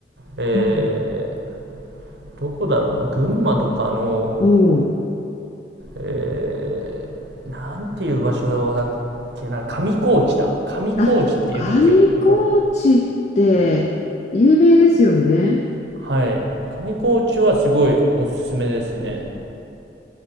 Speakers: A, on the right (about 70°); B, on the left (about 40°).
A: え
B: うん
A: ー、どこだろうな、群馬とかの、
B: うん。
A: えー、なんていう場所だっけな、上高地だ。上高地っていうときところ。
B: あ、上高地って有名ですよね。
A: はい。上高地はすごいおすすめですね。